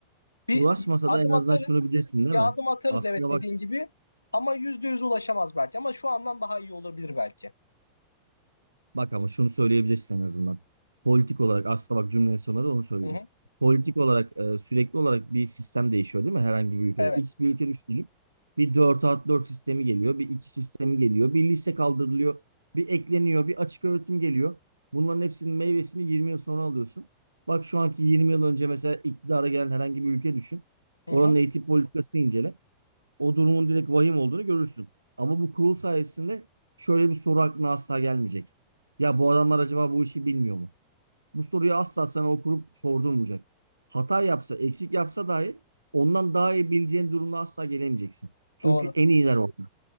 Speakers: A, on the left; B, on the right.
A: Bir
B: Ulaşmasa
A: adım
B: da en azından
A: atarız,
B: şunu bilirsin değil
A: bir
B: mi?
A: adım atarız
B: Aslına
A: evet
B: bak
A: dediğin gibi ama %100 ulaşamaz belki ama şu andan daha iyi olabilir belki.
B: Bak ama şunu söyleyebilirsin en azından. Politik olarak aslında bak cümlenin sonunda da onu söyledim.
A: Hı hı.
B: Politik olarak e, sürekli olarak bir sistem değişiyor değil mi? Herhangi bir ülkede.
A: Evet.
B: X bir ülke düşünüp bir 4 artı 4 sistemi geliyor. Bir 2 sistemi geliyor. Bir lise kaldırılıyor. Bir ekleniyor. Bir açık öğretim geliyor. Bunların hepsinin meyvesini 20 yıl sonra alıyorsun. Bak şu anki 20 yıl önce mesela iktidara gelen herhangi bir ülke düşün.
A: Hı
B: Oranın
A: hı.
B: eğitim politikasını incele o durumun direkt vahim olduğunu görürsün. Ama bu kurul sayesinde şöyle bir soru aklına asla gelmeyecek. Ya bu adamlar acaba bu işi bilmiyor mu? Bu soruyu asla sana o kurup sordurmayacak. Hata yapsa, eksik yapsa dahi ondan daha iyi bileceğin durumda asla gelemeyeceksin. Çünkü
A: Doğru.
B: en iyiler orada.